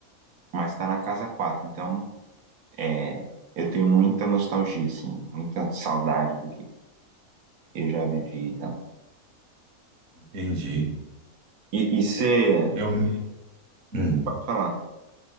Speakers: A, on the right (about 80°); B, on the right (about 60°).
A: Mas tá na casa 4, então é, eu tenho muita nostalgia, assim, muita saudade do que eu já vivi então.
B: Entendi.
A: e tal. E você
B: Eu, hum.
A: Pode falar.